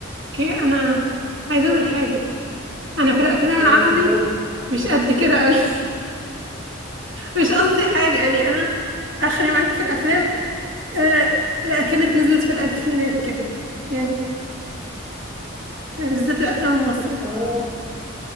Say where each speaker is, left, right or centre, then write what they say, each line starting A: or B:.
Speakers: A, on the right; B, on the right.
A: اوكي انا عايزه اقول حاجه انا في الافلام
B: اه
A: العربي
B: اتفضلي
A: مش قد كده قوي <laughs> مش قصدي حاجه يعني انا اخري معاكي في الافلام آه لا كانت نزلت في الالفينات كده يعني آه، بالذات الافلام المصري
B: اه